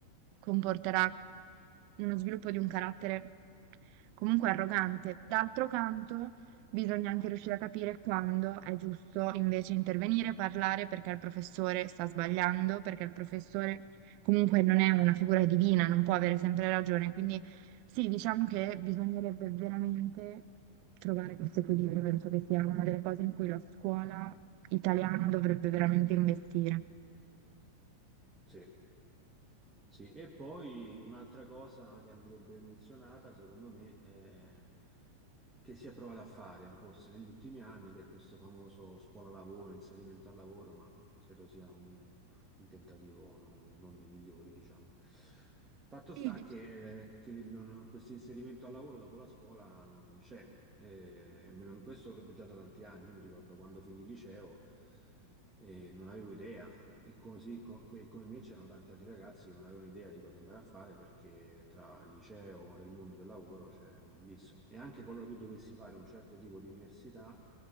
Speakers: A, on the right (about 45°); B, on the right (about 15°).
A: comporterà uno sviluppo di un carattere comunque arrogante. D'altro canto, Bisogna anche riuscire a capire quando è giusto invece intervenire, parlare perché il professore sta sbagliando, perché il professore comunque non è una figura divina, non può avere sempre ragione. Quindi sì, diciamo che bisognerebbe veramente trovare questo equilibrio. Penso che sia una delle cose in cui la scuola italiana dovrebbe veramente investire.
B: Sì. Sì, e poi un'altra cosa che andrebbe menzionata, secondo me, è che si è provata a fare forse negli ultimi anni, che è questo famoso scuola-lavoro, inserimento al lavoro, ma credo sia un, un tentativo non, non dei migliori, diciamo. Fatto
A: Sì,
B: sta
A: di-
B: che, eh, che il- non- questo inserimento al lavoro dopo la scuola non, non c'è. Eh, m- questo già da tanti anni, io mi ricordo quando finì il liceo e non avevo idea e così co- e come me c'erano tanti altri ragazzi che non avevano idea di cosa andare a fare perché tra il liceo e il mondo del lavoro c'è un abisso. E anche qualora tu dovessi fare un certo tipo di università,